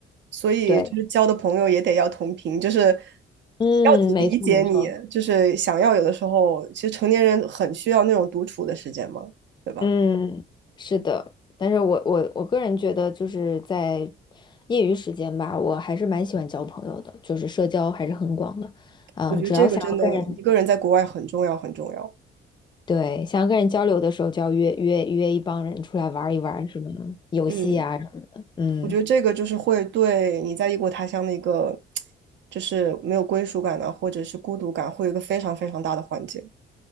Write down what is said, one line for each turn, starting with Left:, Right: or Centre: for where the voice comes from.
Right: 所以就是交的朋友也得要同频，
Left: 对
Right: 就是
Left: 嗯没错没错。
Right: 要理解你，就是想要有的时候，其实成年人很需要那种独处的时间嘛，对吧？
Left: 嗯，是的，但是我我我个人觉得，就是在业余时间吧，我还是蛮喜欢交朋友的，就是社交还是很广的。嗯，
Right: 我觉得这个真的一个人在国外很重要，
Left: 只要想要跟人，
Right: 很重要。
Left: 对，想要跟人交流的时候，就要约约约一帮人出来玩儿一玩儿什么游戏啊什么的。
Right: 嗯，
Left: 嗯。
Right: 我觉得这个就是会对你在异国他乡的一个，就是没有归属感啊，或者是孤独感，会有一个非常非常大的缓解。